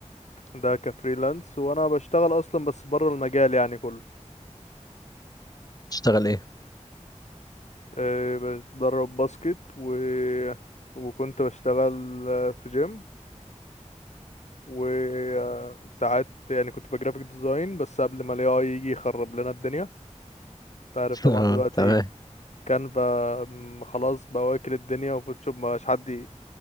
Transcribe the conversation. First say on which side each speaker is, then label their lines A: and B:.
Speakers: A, on the left; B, on the left.
A: ده كفريلانس وانا بشتغل اصلا بس بره المجال يعني كله
B: تشتغل ايه
A: أه، بتدرب باسكت و وكنت بشتغل آه، في جيم وساعات يعني كنت بجرافيك ديزاين بس قبل ما الاي اي يجي يخرب لنا الدنيا انت عارف
B: <laughs>
A: طبعا
B: اه
A: دلوقتي
B: تمام
A: كانفا م، خلاص بقى واكل الدنيا وفوتوشوب ما بقاش حد ي-